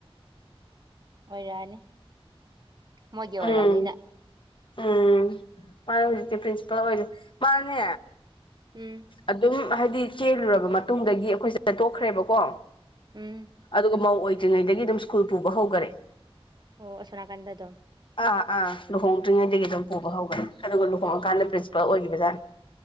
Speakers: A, on the right; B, on the left.
A: ꯑꯣꯏꯔꯛꯑꯅꯤ ꯃꯣꯏꯒꯤ ꯑꯣꯏꯔꯕꯅꯤꯅ
B: ꯎꯝ ꯎꯝ ꯃꯥꯅꯦ ꯍꯧꯖꯤꯛꯇꯤ ꯄꯔꯤꯟꯁꯤꯄꯥꯜ ꯑꯣꯏꯁꯦ ꯃꯥꯅꯦ
A: ꯎꯝ
B: ꯑꯗꯨꯝ ꯍꯥꯏꯗꯤ ꯆꯦꯜꯂꯨꯔꯕ ꯃꯇꯨꯡꯗꯒꯤ ꯑꯩꯈꯣꯏꯁꯦ ꯆꯠꯇꯣꯛꯈ꯭ꯔꯦꯕꯀꯣ
A: ꯎꯝ
B: ꯑꯗꯨꯒ ꯃꯧ ꯑꯣꯏꯗ꯭ꯔꯤꯉꯩꯗꯒꯤ ꯑꯗꯨꯝ ꯁ꯭ꯀꯨꯜ ꯄꯨꯕ ꯍꯧꯒꯔꯦ
A: ꯑꯣ ꯑꯁꯣꯅꯥꯀꯥꯟꯗ ꯑꯗꯨꯝ
B: ꯑꯥ ꯑꯥ ꯂꯨꯍꯣꯡꯗ꯭ꯔꯤꯉꯩꯗꯒꯤ
A: ꯎꯝ
B: ꯑꯗꯨꯝ ꯄꯨꯕ ꯍꯧꯒꯔꯦ ꯑꯗꯨꯒ ꯂꯨꯍꯣꯡꯉꯀꯥꯟꯗ ꯄ꯭ꯔꯤꯟꯁꯤꯄꯥꯜ ꯑꯣꯏꯈꯤꯕ ꯖꯥꯠꯅꯦ